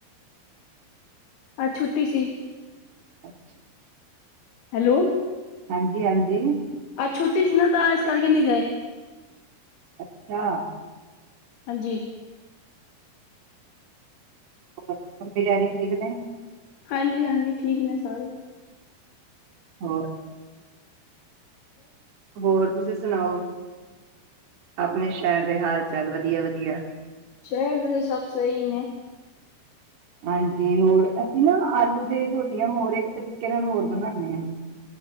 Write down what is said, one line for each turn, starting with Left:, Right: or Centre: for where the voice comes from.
Left: ਅੱਜ ਛੁੱਟੀ ਸੀ
Right: ਅੱਛਾ
Left: ਹੈਲੋ
Right: ਹਾਂਜੀ ਹਾਂਜੀ
Left: ਅੱ ਛੁੱਟੀ ਸੀ ਨਾ ਤਾਂ ਇਸ ਕਰਕੇ ਨਹੀਂੀ ਗਏ
Right: ਅੱਛਾ
Left: ਹਾਂਜੀ
Right: ਹੋਰ ਮੰਮੀ ਡੈਡੀ ਠੀਕ ਨੇ
Left: ਹਾਂਜੀ ਹਾਂਜੀ ਠੀਕ ਨੇ ਸਾਰੇ
Right: ਹੋਔਰ ਹੋਰ ਤੁਸੀਂ ਸੁਣਾਓ ਆਪਣੇ ਸ਼ਹਿਰ ਦੇ ਹਾਲ ਚਾਲ ਵਧੀਆ ਵਧੀਆ
Left: ਸ਼ਹਿਰ ਸਭ ਸਹੀ ਨੇ
Right: ਹਾਂਜੀ ਹੋਰ ਅਸੀਂ ਨਾ ਆਲੂ ਦੀ ਰੋਟੀਆਂ ਹੋਰ ਇੱਕ ਤਰੀਕੇ ਨਾਲ ਹੋਰ ਬਣਾਉਦੇ ਹਾਂ